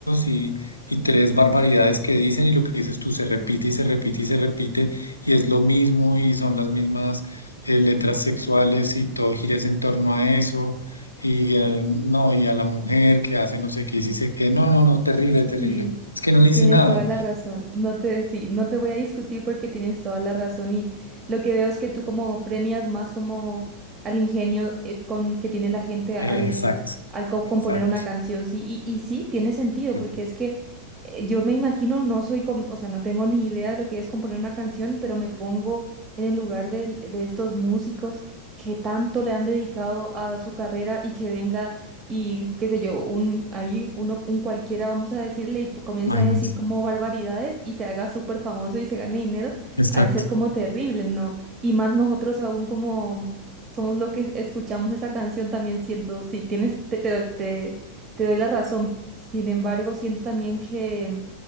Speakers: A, on the left; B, on the right.
A: y, y tres barbaridades que dicen y lo que dices tú se repite y se repite y se repite y es lo mismo y son las mismas eh, letras sexuales y todo gira es en torno a eso y eh, no, y a la mujer que hace no sé qué y dice que no, no, no, terrible,
B: <laughs>
A: terrible.
B: sí.
A: Es que no dice
B: Tienes
A: nada.
B: toda la razón. No te, sí, no te voy a discutir porque tienes toda la razón. Y lo que veo es que tú como premias más como al ingenio eh, con que tiene la gente
A: Eh,
B: al,
A: exacto,
B: al co- componer
A: exacto.
B: una canción, sí. Y, y sí, tiene sentido,
A: No,
B: porque es que eh, yo me imagino, no soy, com- o sea, no tengo ni idea de lo que es componer una canción, pero me pongo en el lugar del- de, estos músicos que tanto le han dedicado a su carrera y que venga y qué sé yo, un ahí uno un cualquiera vamos a decirle y comienza
A: Imagínate,
B: a decir como barbaridades y se haga súper famoso y se gane dinero,
A: exacto.
B: ha de ser como terrible, ¿no? Y más nosotros aún como somos los que escuchamos esa canción también siento, sí, tienes te te doy- te, te doy la razón. Sin embargo, siento también que,